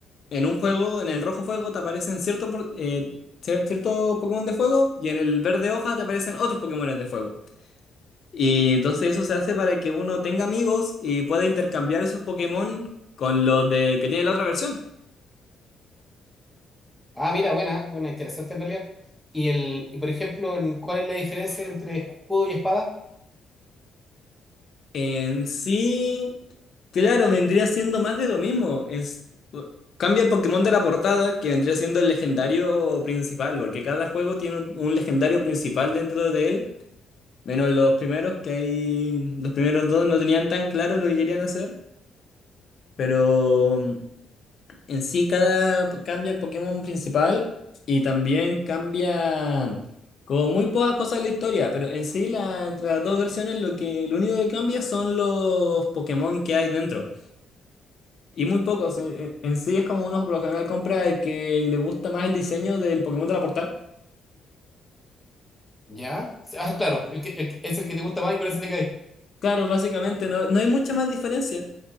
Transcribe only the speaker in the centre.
Ah, mira, buena, buena, interesante en realidad. Y, el, y por ejemplo, en- ¿cuál es la diferencia entre escudo y espada?
¿Ya? Ah, claro, el que- el que- es el que te gusta más y con ese te quedas.